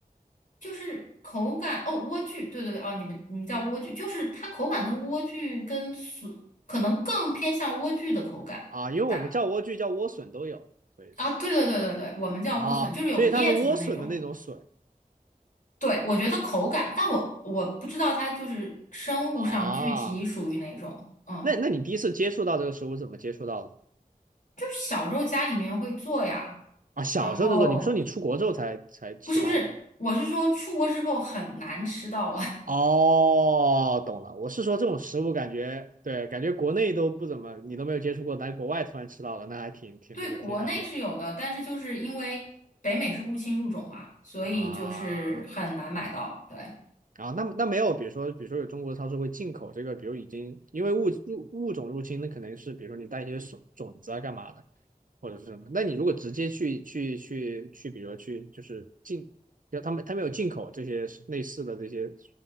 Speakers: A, on the left; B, on the right.
A: 就是口感哦，莴苣，对对对，哦，你们你们叫莴苣，就是它口感跟莴苣跟笋可能更偏向莴苣的口感。
B: 啊？因为我们叫莴苣叫莴笋都有，
A: 但
B: 所以说
A: 啊，对对对对对，我们叫莴笋，
B: 啊，
A: 就是有叶子的那种。
B: 所以它是莴笋的那种笋
A: 对，我觉得口感，但我我不知道它就是生物上具体属于哪种。
B: 啊。
A: 嗯，
B: 那那你第一次接触到这个食物是怎么接触到的
A: 就是小时候家里面会做呀，
B: 啊？小时候就做，
A: 然后
B: 你说你出国之后才才吃到的
A: 不是不是，我是说出国之后很难吃到了。
B: 哦，懂了。我是说这种食物感觉，对，感觉国内都不怎么，你都没有接触过，来国外突然吃到的，那还挺挺那个，
A: 对，国内是有的，
B: 挺少见
A: 但是就是因为北美是物侵入种嘛，所以就是很难买到。
B: 啊。
A: 对，
B: 啊，那那没有，比如说，比如说有中国超市会进口这个，比如已经因为物入物种入侵，那可能是比如说你带一些种种子啊，干嘛的，或者是什么。那你如果直接去去去去，比如说去就是进，要他们他们有进口这些类似的这些